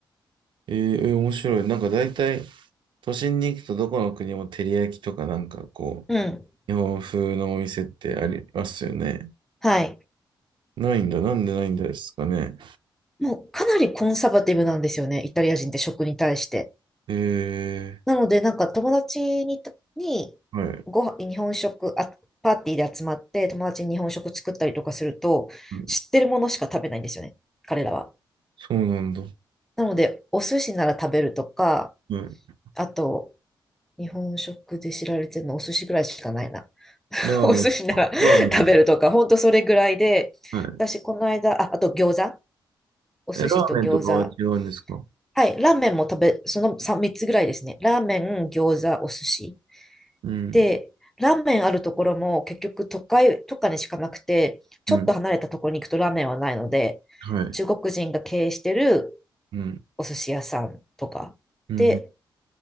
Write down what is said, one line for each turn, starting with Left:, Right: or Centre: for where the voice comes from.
Right: えええ面白い。なんか大体、都心に行くとどこの国も照り焼きとかなんかこう、
Centre: うん。
Right: 日本風のお店ってありますよね。
Centre: はい。
Right: ないんだ。なんでないんですかね。
Centre: もうかなりコンサバティブなんですよね、イタリア人って食に対して。
Right: ええ
Centre: なので、なんか友達にた、にご飯、
Right: はい。
Centre: 日本食、あ、パーティーで集まって友達に日本食作ったりとかすると、
Right: うん
Centre: 知ってるものしか食べないんですよね、彼らは。
Right: そうなんだ。は
Centre: なので、お寿司なら食べるとか、
Right: い。
Centre: あと、日本食で知られてるのお寿司ぐらいしかないな。<laughs>
Right: ラーメン。
Centre: お寿司なら食べるとか、
Right: ラーメン。
Centre: ほんとそれぐらいで、
Right: はい。
Centre: 私、この間、あ、あと餃子、お寿司と餃子、
Right: え、ラーメンとかは違うんですか
Centre: はい、ラーメンも食べ、その 3, つぐらいですね。ラーメン、餃子、お寿司。
Right: うん、
Centre: で、ラーメンあるところも結局都会とかにしかなくて、ちょっと離れたところに行くとラーメンはないので、
Right: うん、はい。
Centre: 中国人が経営してる
Right: うん、
Centre: お寿司屋さんとかで
Right: うん、うん